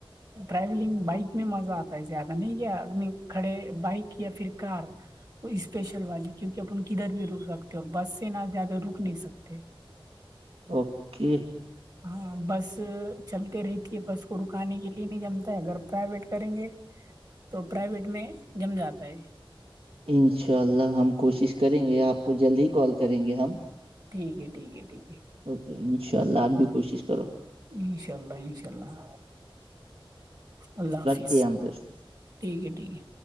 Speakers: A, on the right (about 45°); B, on the right (about 85°).
A: ٹریولنگ بائک میں مزہ آتا ہے زیادہ نہیں کیا انی کھڑے بائک یا پھر کار اسپیشل والی کیونکہ اپن کدھر بھی رک سکتے ہو بس سے نہ زیادہ رک نہیں سکتے
B: اوکے
A: ہاں بس چلتے رہ کہ بس کو رکانے کے لیے نہیں جمتا ہے اگر پرائیویٹ کریں گے تو پرائیویٹ میں جم جاتا ہے
B: انشاء اللہ ہم کوشش کریں گے آپ کو جلد ہی کال کریں گے ہم
A: ٹھیک ہے ٹھیک ہے ٹھیک
B: اوکے انشاء اللہ آپ بھی کوشش کرو
A: انشاء اللہ انشاء اللہ اللہ حافظ
B: رکھتے ہیں ہم پھر
A: ٹھیک ہے ٹھیک ہے